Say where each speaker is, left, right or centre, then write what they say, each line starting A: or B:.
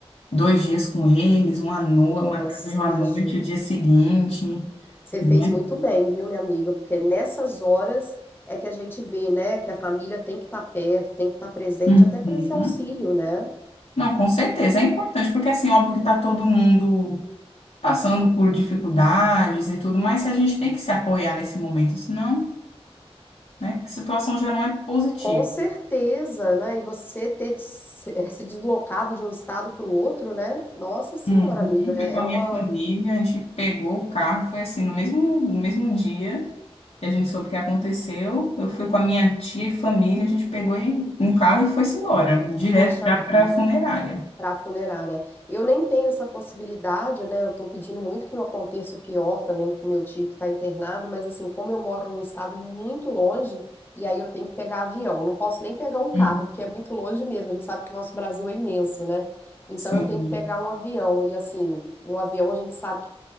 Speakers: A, on the left; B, on the left.
A: dois dias com eles, uma noite,
B: nossa,
A: uma tarde, uma
B: imagina.
A: noite, o dia seguinte,
B: Você
A: né?
B: fez muito bem, viu, minha amiga? Porque nessas horas é que a gente vê, né, que a família tem que estar perto, tem que estar presente
A: Uhum.
B: até para esse auxílio, né?
A: Não, com certeza. É importante, porque assim, óbvio que está todo mundo passando por dificuldades e tudo, mas a gente tem que se apoiar nesse momento, senão, né, a situação já não é positiva.
B: Com certeza, né? E você ter de se eh, se deslocado de um estado para o outro, né? Nossa Senhora,
A: Uhum.
B: amiga,
A: Fui
B: é
A: com
B: é
A: a minha
B: uma.
A: família, a gente pegou o carro, foi assim, no mesmo, no mesmo dia que a gente soube o que aconteceu, eu fui com a minha tia e família, a gente pegou e- um carro e foi-se embora, direto
B: Poxa
A: já
B: vida.
A: para a funerária.
B: para a funerária. Eu nem tenho essa possibilidade, né? Eu estou pedindo muito que não aconteça o pior também com meu tio que está internado, mas assim, como eu moro num estado muito longe, e aí eu tenho que pegar avião, eu não posso nem pegar um carro,
A: Hum,
B: porque é muito longe mesmo. A gente sabe que o nosso Brasil é imenso, né? Então
A: Sim.
B: eu tenho que pegar um avião, e assim, um avião a gente sabe que